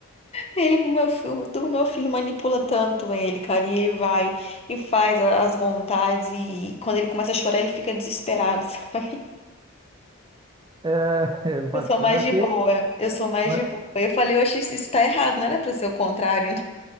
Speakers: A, on the left; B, on the right.
A: Ele, meu filho, o meu filho manipula tanto ele, cara. E ele vai e faz a- as vontades. E quando ele começa a chorar, ele fica desesperado, <laughs> sabe?
B: É, é <laughs> bacana
A: Eu sou mais
B: aqui.
A: de boa. Eu sou mais
B: né?
A: de boa. Eu falei, oxe, isso isso tá errado. Não era pra ser o contrário,